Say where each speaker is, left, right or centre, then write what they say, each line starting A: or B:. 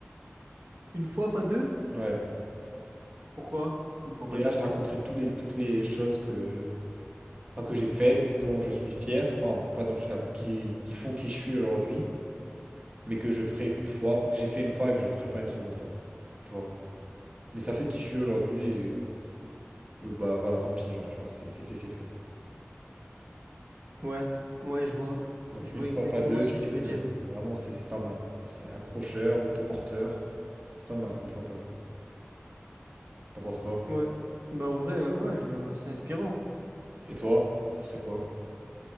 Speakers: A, on the right; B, on the right.
A: Une fois, pas deux?
B: Ouais.
A: Pourquoi? Une fois, pas
B: Et là,
A: deux.
B: je raconterai tous les, toutes les choses que, enfin, que j'ai faites, dont je suis fier, enfin pas dont je suis fier, qui, qui font qui je suis aujourd'hui, mais que je ferai une fois, enfin que j'ai fait une fois et que je referai pas une seconde fois. Tu vois. Mais ça fait qui je suis aujourd'hui et euh, bah voilà, tant pis, genre tu vois, c'est c'est fait, c'est fait.
A: Ouais, ouais, je vois.
B: Donc
A: Je
B: une
A: vois
B: fois
A: exactement
B: pas deux,
A: ce
B: je
A: que
B: trouve
A: tu veux
B: que
A: dire.
B: vraiment c'est c'est pas mal. C'est accrocheur, autoporteur, c'est pas mal une fois pas deux. T'en penses quoi?
A: Ouais. Bah, en vrai, euh, ouais, je- c'est inspirant.
B: Et toi, ce serait quoi?